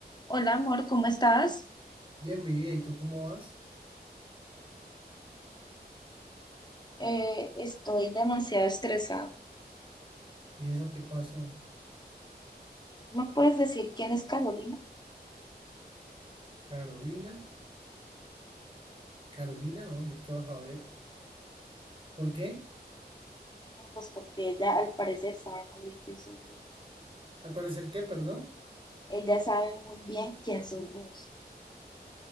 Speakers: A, on the left; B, on the right.
A: Hola amor, ¿cómo estás?
B: Bien, mi vida, ¿y tú cómo vas?
A: Eh, estoy demasiado estresada.
B: ¿Y eso qué pasó?
A: ¿No puedes decir quién es Carolina?
B: Carolina, Carolina, no, yo qué vas a ver. ¿Por qué?
A: No, pues porque ella al parecer sabe muy bien quién sos vos.
B: Al parecer, ¿qué, perdón?
A: Ella sabe muy bien quién sos vos.